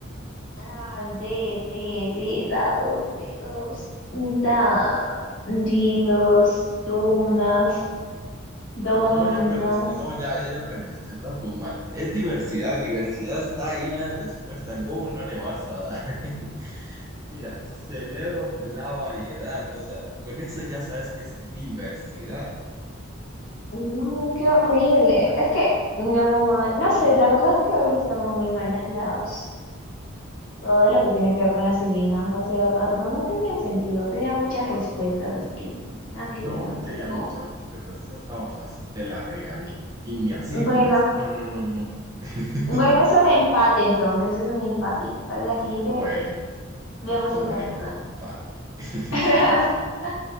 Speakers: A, on the left; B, on the right.
A: Ah, de, de, de, dados, dedos, da, dilos, dumnas, domnas.
B: No, ya perdiste, no, ya, ya, ya perdiste, estás muy mal. Es diversidad, diversidad está ahí la respuesta, ¿cómo no le vas a dar? <laughs> Mira, celebro la variedad, o sea, con eso ya sabes que es diversidad.
A: No, qué horrible. Es que, no, no sé, la verdad es que hoy estamos muy mal lados. Todo lo que tiene que ver con las adivinanzas, de verdad, no, no tenían sentido, tenían muchas respuestas, así que no, nada que
B: No,
A: ver con
B: no
A: estas
B: tenía
A: adivinanzas.
B: muchas respuestas, esa estaba fácil, te la regalé y ni así
A: Bueno,
B: pudiste. No, no, no, no, no. <laughs>
A: bueno, es un empate entonces, es un empate. Para la siguiente
B: Bueno,
A: vemos
B: lo tomaré
A: el ganador.
B: como empate. <laughs> Está
A: <laughs>
B: bien.